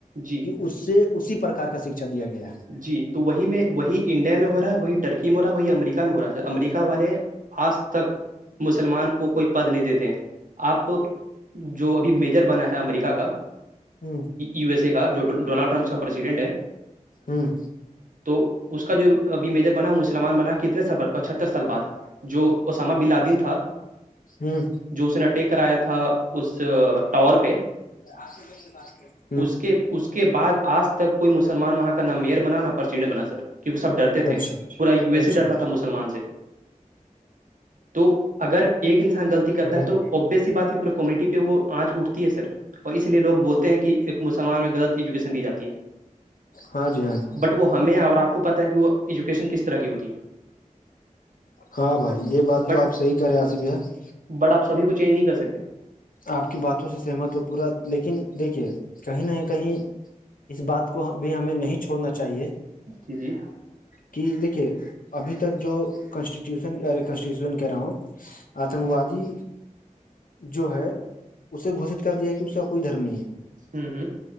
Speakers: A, on the right (about 75°); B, on the left (about 85°).
A: جی
B: کہ اس سے اسی پرار کا شکھا دیا گیا ہے
A: جی تو وہی میں وہی انڈیا میں ہو رہا ہے وہی ٹرکی میں ہو رہا ہے وہی امریکہ میں ہو رہا ہے سر امریکہ والے آج تک مسلمان کو کوئی پد نہیں دیتے ہیں آپ جو ابھی میجر بنا ہے امریکہ کا
B: ہوں
A: یو ایس اے کا جو ڈونلڈ ٹرمپ کا پرریسیڈنٹ ہے
B: ہاں
A: تو اس کا جو ابھی میجر بنا وہ مسلمان بنا کتنے سال پچہتر سال بعد جو اسامہ بلادین تھا
B: ہ
A: جو اس نے اٹیک کرایا تھا اس ٹاور پہ
B: آج کیسے بس <inaudible>
A: اس کے اس کے بعد آج تک کوئی مسلمان وہاں کا نہ میئر بنا نہ پرسڈن بنا سر کیونکہ سب ڈرتے تھے
B: اچھا
A: پورا یو ایس
B: اچھا
A: سے ڈرتا تھا مسلمان سے تو اگر ایک انسان غلطی کرتا
B: ارے
A: ہے تو ابس ہی بات ہے پورے کمیونٹی پہ وہ آنچ اٹھتی ہے سر اور اسی لیے لوگ بولتے ہیں کہ ایک مسلمان میں غلط ایجوکیشن دی جاتی ہے
B: ہاں جی ہاں جی
A: بٹ وہ ہمیں اور آپ کو پتا ہے کہ وہ ایجوکیشن کس طرح کی ہوتی ہے
B: ہاں بھائی یہ بات
A: بٹ
B: تو آپ صحیح کرے آصف ہے
A: بٹ آپ سبھی کو چینج نہیں کر سکتے
B: آپ کی باتوں سے سہمت ہو پورا لیکن دیکھیے کہیں نہ کہیں اس بات کو بھی ہمیں نہیں چھوڑنا چاہیے
A: جی جی
B: کہ دیکھیے ابھی تک جو کانسٹیٹیوشن کانسٹیٹیوشن کہہ رہا ہوں آتنک وادی جو ہے اسے گھوشت کر دیا کہ اس کا کوئی دھرم نہیں ہے
A: ہوں ہوں